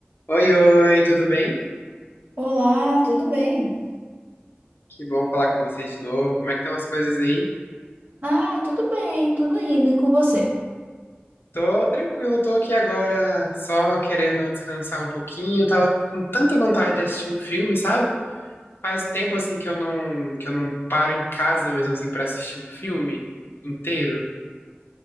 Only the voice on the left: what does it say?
Oi, oi, tudo bem?
Que bom falar com você de novo. Como é que estão as coisas aí?
Tô tranquilo, tô aqui agora só querendo descansar um pouquinho. Tava com tanta vontade de assistir um filme, sabe? Faz tempo assim que eu não que eu não paro em casa mesmo assim para assistir um filme inteiro.